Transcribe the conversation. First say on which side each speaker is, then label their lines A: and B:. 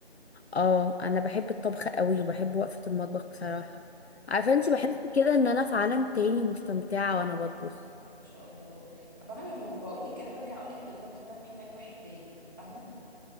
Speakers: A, on the left; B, on the left.
A: اه أنا بحب الطبخ قوي وبحب وقفة المطبخ بصراحة عارفة
B: لا
A: أنتي بحس كده إن أنا في عالم تاني مستمتعة وأنا بطبخ
B: ما شاء الله طب انا ما بقول لك انا برجع اقول لك ان الطبخ ده محتاج واحد بال فاهمه